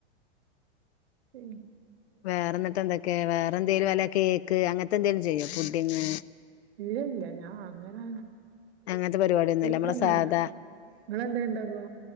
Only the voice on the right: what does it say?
ശരി <unintelligible>
ഇല്ല ഇല്ല ഞാൻ അങ്ങനെ
ബേക്കറൊന്നല്ല
നിങ്ങളെന്തേ ഇണ്ടാക്കോ